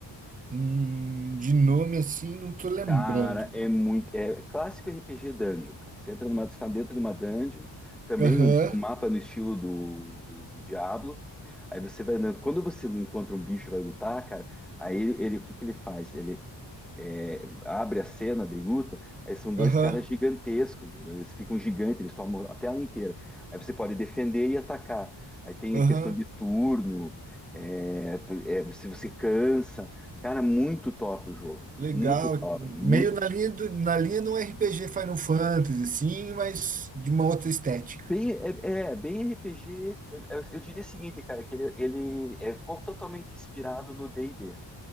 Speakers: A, on the right; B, in the centre.
A: Hum, de nome assim, não tô lembrando,
B: Cara,
A: cara.
B: é muito. É clássico RPG Dungeon, cara. Você entra numa, está dentro de uma dungeon, também
A: Aham,
B: o, o mapa é no estilo do, do, do Diablo. Aí você vai andando. Quando você encontra um bicho e vai lutar, cara, aí ele, ele- o que que ele faz? Ele, é, abre a cena de luta, aí são dois
A: aham,
B: caras gigantescos, entendeu? Eles ficam gigantes, eles tomam a tela inteira. Aí você pode defender e atacar. Aí tem
A: aham.
B: a questão de turno, é, é, se você cansa. Cara, muito top o jogo.
A: Legal,
B: Muito top,
A: meio
B: muito.
A: na linha do, na linha de um RPG Final Fantasy, sim, mas de uma outra estética.
B: Bem, é, é, bem RPG. é, Eu diria o seguinte, cara, que ele, ele é co- totalmente inspirado no D&D,